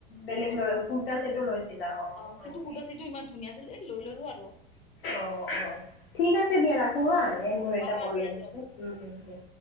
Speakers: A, on the left; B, on the left.
A: বেলেগ
B: অ',
A: লৈ কুুৰ্তা চছেটো লৈছিলা অ।
B: অ
A: হয়
B: কিন্তু
A: নেকি?
B: কুৰ্তা চিটো ইমান ধুনীয়া আছিলে এ লৈ ললো আৰু।
A: অ অ ঠিক আছে দিয়া ৰাখো হা এ মোৰ এটা
B: অ', অ',
A: কল
B: দিয়া
A: আহি
B: দিয়ক।
A: আছে উম উম দিয়া।